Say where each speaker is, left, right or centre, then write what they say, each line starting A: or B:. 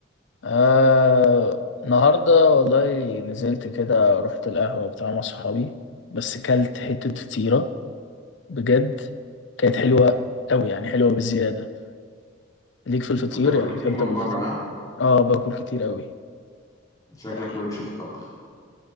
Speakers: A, on the left; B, on the left.
A: آه النهارده والله نزلت كده رحت القهوة بتاع مع صحابي بس كلت حتة فطيرة بجد كانت حلوة قوي يعني حلوة بزيادة ليك في الفطير
B: أنت بتاكل
A: يعني
B: كتير
A: بتحب
B: من
A: تاكل
B: بره
A: فطير
B: ها؟
A: اه باكل كتير قوي
B: شكلك
A: يعني
B: مالكش في الطبخ